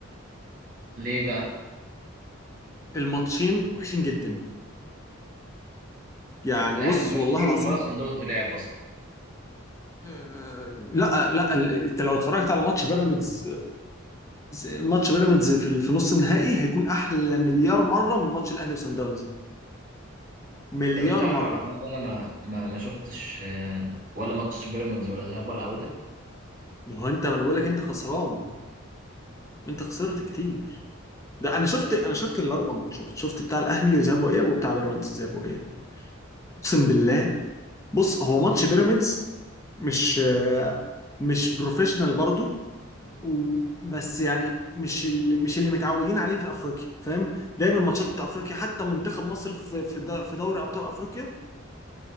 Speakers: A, on the right; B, on the left.
A: ليه بقى
B: الماتشين وحشين جدا يعني
A: الاهلي
B: بص
A: ما جاش
B: والله
A: فيهم
B: العظيم
A: ولا صن داونز لعب اصلا
B: آه، لا لا ال- انت لو اتفرجت على ماتش بيراميدز ماتش بيراميدز في ال- في نص النهائي هيكون احلى مليار مره من ماتش الاهلي وسان داونز ده مليار
A: طب انت عارف
B: مره
A: يا عبد الرحمن إن انا ما ما, ما شفتش آه، ولا ماتش بيراميدز ولا ذهاب ولا عوده
B: ما هو انت ما انا بقول لك انت خسران انت خسرت كتير ده انا شفت انا شفت الاربع ماتشات شفت بتاع الاهلي ذهاب واياب وبتاع بيراميدز ذهاب واياب اقسم بالله بص هو ماتش بيراميدز مش آه، مش بروفيشنال برضه و- بس يعني مش اللي مش اللي متعودين عليه في افريقيا فاهم دايما ماتشات افريقيا حتى منتخب مصر في في د- في دوري ابطال افريقيا